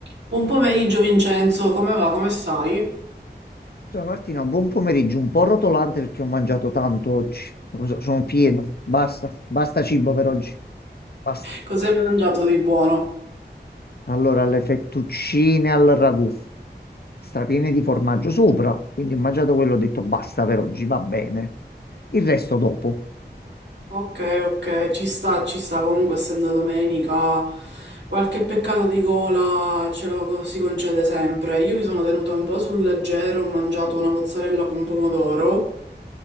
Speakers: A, on the right; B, on the left.
A: Buon pomeriggio Vincenzo, come va? Come stai?
B: Ciao Martina, buon pomeriggio, un po' rotolante perché ho mangiato tanto oggi, Lo So- sono pieno, basta, basta cibo per oggi, basta.
A: Cos'hai mangiato di buono?
B: Allora, le fettuccine al ragù, strapiene di formaggio sopra, quindi ho mangiato quello, ho detto basta per oggi, va bene. Il resto dopo.
A: Ok, ok, ci sta, ci sta, comunque essendo domenica, qualche peccato di gola ce lo co- si concede sempre. Io mi sono tenuta un po' sul leggero, ho mangiato una mozzarella con pomodoro